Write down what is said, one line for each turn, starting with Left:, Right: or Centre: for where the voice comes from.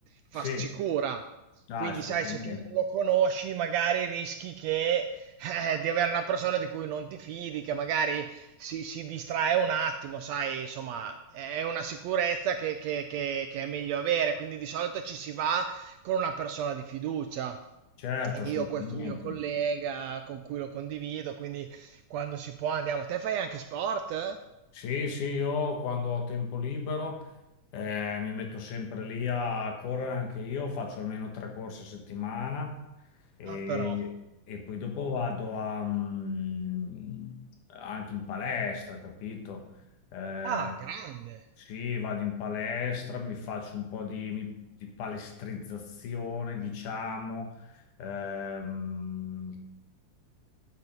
Right: fa
Left: sì,
Right: sicura.
Left: Ah,
Right: Quindi,
Left: assolutamente,
Right: sai, se tu non lo conosci, magari rischi che, eh, di avere una persona di cui non ti fidi, che magari si, si distrae un attimo, sai, insomma, è una sicurezza che, che che- che è meglio avere. Quindi di solito ci si va con una persona di fiducia.
Left: certo,
Right: E
Left: assolutamente.
Right: io ho questo mio collega con cui lo condivido, quindi quando si può andiamo. Te fai anche sport?
Left: Sì, sì, io quando ho tempo libero eh, mi metto sempre lì a correre anche io, faccio almeno tre corse a settimana e,
Right: Ah, però.
Left: e poi dopo vado a, mm, anche in palestra, capito? Eh,
Right: Ah, grande.
Left: sì, vado in palestra, mi faccio un po' di, mi- di palestrizzazione, diciamo, ehm,